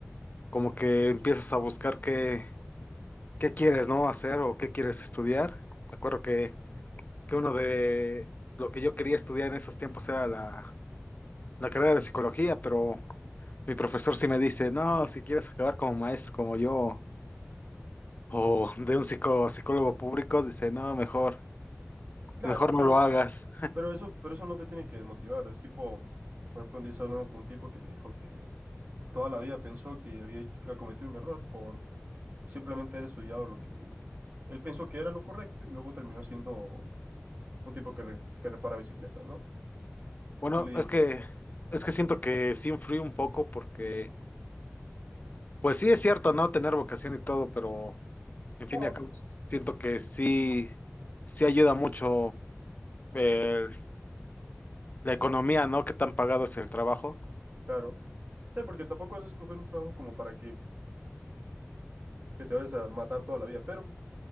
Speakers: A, on the left; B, on the right.
A: como que empiezas a buscar qué, qué quieres, ¿no? hacer o qué quieres estudiar. Me acuerdo que, que uno de lo que yo quería estudiar en esos tiempos era la la carrera de psicología, pero mi profesor sí me dice, no, si quieres acabar como maestro como yo, o de un psico- psicólogo público, dice, no, mejor,
B: ya,
A: mejor
B: ya, pero,
A: no lo hagas.
B: pero eso, pero eso no te tiene que desmotivar. Es tipo, por ejemplo, un día estaba hablando con un tipo que me dijo que toda la vida pensó que había hecho- que cometido un error por simplemente haber estudiado lo que él pensó que era lo correcto y luego terminó siendo un tipo que, re- que repara bicicletas, ¿no?
A: Bueno,
B: Y le dije,
A: es que, es que siento que sí influí un poco porque, pues sí es cierto, ¿no? Tener vocación y todo, pero en fin
B: ah,
A: y al siento que sí, sí ayuda mucho eh, la economía, ¿no? Qué tan pagado es el trabajo.
B: claro. Sí, porque tampoco vas a escoger un trabajo como para que, que te vayas a matar toda la vida, pero